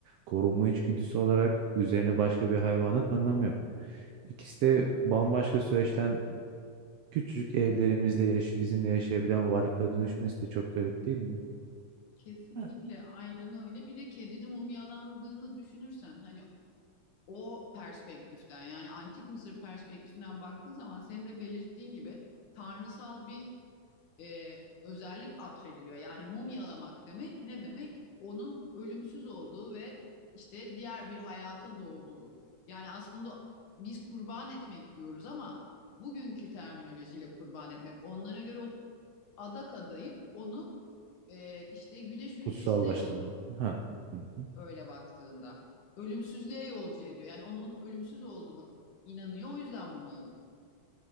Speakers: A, on the right; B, on the left.
A: korunma içgüdüsü olarak üzerine başka bir hayvana tanımlamıyor. İkisi de bambaşka süreçten küçücük evlerimizde yaş bizimle yaşayabilen varlıklara dönüşmesi de çok garip değil mi?
B: Kesinlikle
A: Ha,
B: aynen öyle. Bir de kedinin mumyalandığını düşünürsen hani o perspektiften yani antik Mısır perspektifinden baktığın zaman senin de belirttiğin gibi tanrısal bir e, özellik atfediliyor. Yani mumyalamak demek ne demek? Onun ölümsüz olduğu ve işte diğer bir hayata doğduğu. Yani aslında biz kurban etmek diyoruz ama bugünkü terminolojiyle kurban etmek. Onlara göre o adak adayıp onu e, işte güneş ülkesine
A: Kutsallaştırmak.
B: yollamak
A: Ha. Hı hı.
B: öyle baktığında. Ölümsüzlüğe yolcu ediyor. Yani onun ölümsüz olduğunu inanıyor. O yüzden mumyalıyor.